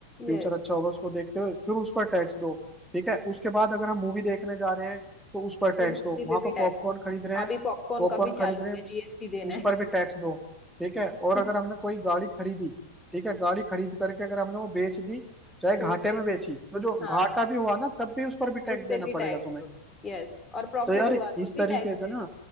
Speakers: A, in the centre; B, on the left.
A: फ्यूचर
B: यस
A: अच्छा होगा उसको देखते हुए फिर उस पर टैक्स दो ठीक है उसके बाद अगर हम मूवी देखने जा रहे हैं तो उस पर
B: तो
A: टैक्स
B: मूवी
A: दो वहां
B: पे
A: पर
B: भी टैक्स
A: पॉपकॉर्न
B: लो
A: खरीद रहे
B: अभी
A: हैं
B: पॉपकॉर्न
A: पॉपकॉर्न
B: का भी
A: खरीद
B: चालू हो
A: रहे
B: गया
A: हैं
B: जीएसटी देना
A: उस पर भी टैक्स दो ठीक है और
B: है
A: अगर
B: <laughs>
A: हमने कोई गाड़ी खरीदी ठीक है गाड़ी खरीद करके अगर हमने वो बेच दी चाहे घाटे
B: तो उस पे
A: में
B: भी
A: बेची
B: टैक्स
A: तो जो
B: हाँ
A: घाटा भी हुआ ना तब भी उस पर भी टैक्स
B: उस पे
A: देना
B: भी
A: पड़ेगा
B: टैक्स
A: तुम्हें
B: दो यस और प्रॉफिट
A: तो यार
B: हुआ तो
A: इस
B: भी
A: तरीके
B: टैक्स
A: से
B: है
A: ना